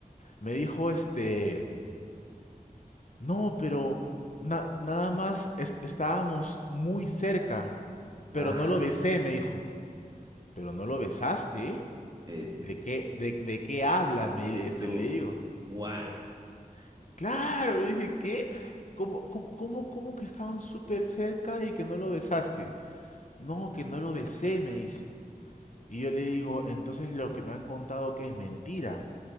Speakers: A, on the left; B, on the right.
A: me dijo este, no, pero na- nada más est- estábamos muy cerca, pero
B: ah,
A: no lo besé, me dijo. Pero no lo besaste.
B: eh,
A: ¿De qué, de, de qué hablas? Me,
B: eh,
A: este,
B: tú,
A: le digo.
B: what?
A: Digo, claro, le dije, ¿qué? ¿Cómo, cómo, cómo, cómo que estaban súper cerca y que no lo besaste? No, que no lo besé, me dice. Y yo le digo, entonces lo que me han contado que es mentira.